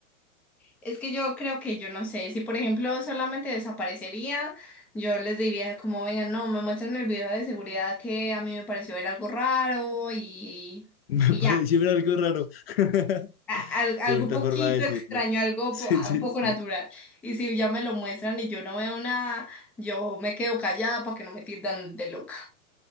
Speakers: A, in the centre; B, on the left.
A: Es que yo creo que yo no sé, si por ejemplo solamente desaparecería, yo les diría como, vengan, no, me muestran el video de seguridad que a mí me pareció ver algo raro y,
B: <laughs> Me
A: y
B: pareció
A: ya.
B: ver algo raro. <laughs>
A: a- al- algo
B: Qué bonita
A: un poquito
B: forma de decirlo.
A: extraño,
B: <laughs>
A: algo
B: Sí,
A: po- a-
B: sí,
A: poco
B: sí.
A: natural. Y si ya me lo muestran y yo no veo nada, yo me quedo callada para que no me tildan de loca.